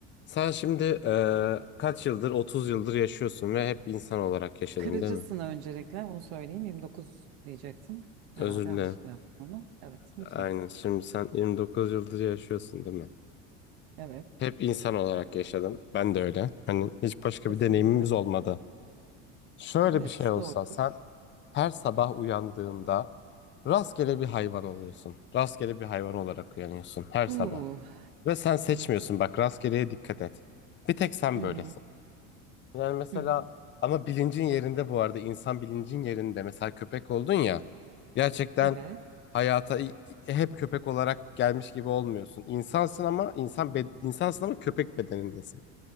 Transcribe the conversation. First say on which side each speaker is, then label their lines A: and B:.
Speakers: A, on the left; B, on the right.
A: Sen şimdi eee, kaç yıldır, 30 yıldır yaşıyorsun ve hep insan olarak yaşadın
B: Kırıcısın
A: değil mi?
B: öncelikle onu söyleyeyim. yirmi Dokuz diyecektin. Herhalde
A: Özür
B: yanlışlıkla
A: dilerim.
B: yaptın onu. Evet lütfen.
A: Aynen. Şimdi sen 29 yıldır yaşıyorsun değil mi?
B: Evet.
A: Hep insan olarak yaşadın. Ben de öyle. Hani hiç başka
B: Kesinlikle.
A: bir deneyimimiz olmadı. Şöyle
B: Evet
A: bir şey olsa
B: doğru.
A: sen her sabah uyandığında rastgele bir hayvan oluyorsun. Rastgele bir hayvan olarak uyanıyorsun her
B: Uuu
A: sabah. Ve sen seçmiyorsun
B: evet.
A: bak rastgeleye dikkat et. Bir tek sen
B: Hı
A: böylesin.
B: hı.
A: Yani mesela
B: Hı hı.
A: ama bilincin yerinde bu arada insan bilincin yerinde mesela köpek oldun ya gerçekten
B: Evet.
A: hayata i- i- hep köpek olarak gelmiş gibi olmuyorsun. İnsansın ama insan be- insansın ama köpek bedenindesin.